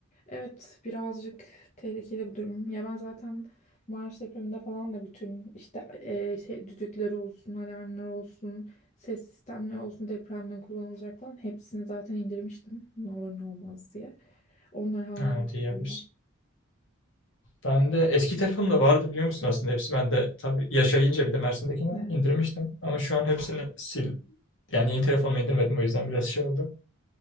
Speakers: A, on the left; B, on the left.
A: Evet, birazcık tehlikeli bu durum. Ya ben zaten Maraş depreminde falan da bütün işte e, şey, düdükleri olsun, alarmlar olsun, ses sistemleri olsun depremden kullanılacak falan hepsini zaten indirmiştim. Ne olur ne olmaz diye. Onlar hala
B: evet
A: duruyor.
B: iyi yapmışsın. Ben de eski telefonumda vardı biliyor musun aslında hepsi. Ben de tabii yaşayınca bir de Mersin'dekini
A: Evet.
B: indirmiştim. Ama şu an hepsini sil. Yani yeni telefonuma indirmedim o yüzden biraz şey oldu.